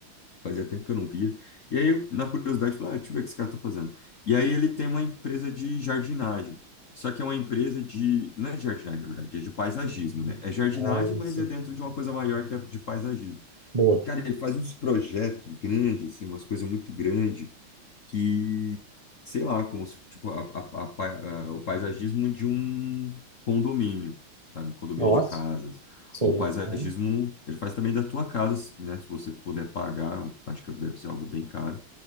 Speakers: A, on the left; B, on the right.
A: fazia tempo que eu não via. E aí, eu, na curiosidade, falei, ah, deixa eu ver o que esse cara tá fazendo. E aí ele tem uma empresa de jardinagem. Só que é uma empresa de, não é jardinagem, na verdade, é de paisagismo, né? É jardinagem,
B: Ah,
A: mas
B: sim.
A: é dentro de uma coisa maior que é de paisagismo.
B: Boa.
A: E, cara, ele faz uns projetos grandes, assim, umas coisas muito grandes que, sei lá, como se, tipo, a- a- a pa- a- o paisagismo de um condomínio, sabe? Condomínio
B: Nossa,
A: de casas.
B: isso
A: Ou
B: aí
A: paisagismo,
B: é bom.
A: ele faz também da tua casa, né? Se você puder pagar, acho que deve ser algo bem caro.